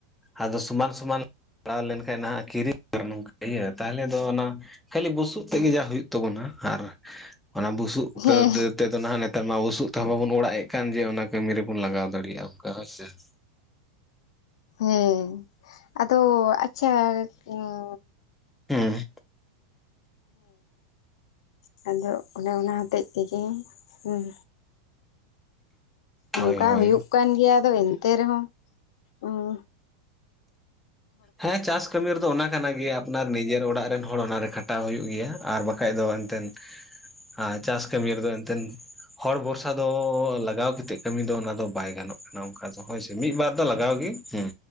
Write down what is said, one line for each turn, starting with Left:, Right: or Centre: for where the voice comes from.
Centre: ᱟᱫᱚ ᱥᱩᱢᱟᱱ ᱥᱩᱢᱟᱱ ᱯᱟᱲᱟᱣ ᱞᱮᱱᱠᱷᱟᱡ ᱱᱟᱦᱟᱜ ᱠᱤᱨᱤᱧ ᱱᱚᱝᱠᱟ ᱤᱭᱟᱹ ᱛᱟᱦᱞᱮ ᱫᱚ ᱚᱱᱟ ᱠᱷᱟᱹᱞᱤ ᱵᱩᱥᱩᱵ ᱛᱮᱜᱮ ᱡᱟ ᱦᱩᱭᱩᱜ ᱛᱟᱵᱚᱱᱟ ᱟᱨ ᱚᱱᱟ ᱵᱩᱥᱩᱵ
Left: ᱦᱮᱸ
Centre: ᱛᱮ ᱫᱮ ᱛᱮ ᱫᱚ ᱱᱟᱦᱟᱜ ᱱᱮᱛᱟᱨ ᱢᱟ ᱵᱩᱥᱩᱵ ᱛᱮᱦᱚᱸ ᱵᱟᱵᱚᱱ ᱚᱲᱟᱜ ᱮᱜ ᱠᱟᱱ ᱡᱮ ᱚᱱᱟ ᱠᱟᱹᱢᱤ ᱨᱮᱵᱚᱱ ᱞᱟᱜᱟᱣ ᱫᱟᱲᱤᱭᱟᱜᱼᱟ ᱚᱱᱠᱟ ᱦᱳᱭ ᱥᱮ ᱾
Left: ᱦᱮᱸ ᱟᱫᱚ ᱟᱪᱪᱷᱟ ᱩᱸ
Centre: ᱦᱩᱸ
Left: ᱦᱮᱸ ᱟᱫᱚ ᱚᱱᱮ ᱚᱱᱟ ᱦᱚᱛᱮᱡ ᱛᱮᱜᱮ ᱦᱩᱸ
Centre: ᱦᱳᱭ
Left: ᱚᱱᱠᱟ
Centre: ᱦᱳᱭ
Left: ᱦᱩᱭᱩᱜ ᱠᱟᱱ ᱜᱮᱭᱟ ᱟᱫᱚ ᱮᱱᱛᱮ ᱨᱮᱦᱚᱸ ᱩᱸ
Centre: ᱦᱮᱸ ᱪᱟᱥ ᱠᱟᱹᱢᱤ ᱨᱮᱫᱚ ᱚᱱᱟ ᱠᱟᱱᱟ ᱜᱮᱭᱟ᱾ ᱚᱱᱟ ᱱᱤᱡᱮᱨ ᱚᱲᱟᱜ ᱨᱮᱱ ᱦᱚᱲ ᱚᱱᱟᱨᱮ ᱠᱷᱟᱴᱟᱣ ᱦᱩᱭᱩᱜ ᱜᱮᱭᱟ ᱟᱨ ᱵᱟᱠᱷᱟᱡ ᱫᱚ ᱮᱱᱛᱮᱱ ᱾ ᱟᱸ ᱪᱟᱥ ᱠᱟᱹᱢᱤ ᱨᱮᱫᱚ ᱮᱱᱛᱮᱱ ᱦᱚᱲ ᱵᱷᱚᱨᱥᱟ ᱫᱚᱻ ᱞᱟᱜᱟᱣ ᱠᱟᱛᱮᱫ ᱠᱟᱹᱢᱤ ᱫᱚ ᱚᱱᱟ ᱫᱚ ᱵᱟᱭ ᱜᱟᱱᱚᱜ ᱠᱟᱱᱟ ᱚᱱᱠᱟ ᱨᱚᱦᱚᱭ ᱥᱮ ᱢᱤᱜᱼᱵᱟᱨ ᱫᱚ ᱞᱟᱜᱟᱣ ᱜᱮ ᱦᱩᱸ